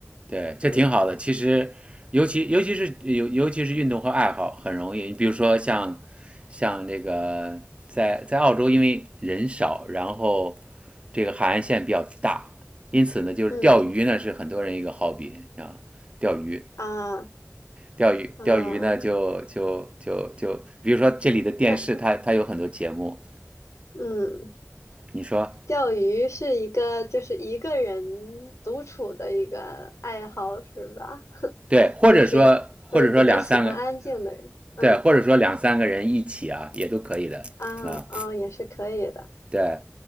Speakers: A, on the right (about 25°); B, on the left (about 75°).
A: 对，这挺好的。
B: 嗯
A: 其实，尤其尤其是尤尤其是运动和爱好很容易，你比如说像像这个在在澳洲，因为人少，然后这个海岸线比较大，因此呢，就是钓鱼呢是很多人一个
B: 嗯
A: hobby 啊，钓鱼。
B: 啊
A: 钓鱼钓鱼呢，
B: 啊，
A: 就就就就，比如说这里的电视它，
B: 那
A: 它有很多节目，
B: 嗯。
A: 你说
B: 钓鱼是一个就是一个人独处的一个爱好是吧？<laughs>
A: 对，或者说或者说两三个
B: 就是会比较喜欢安静的人，嗯
A: 对，或者说两三个人一起啊，也都可以的啊，
B: 啊哦也是可以的，
A: 对，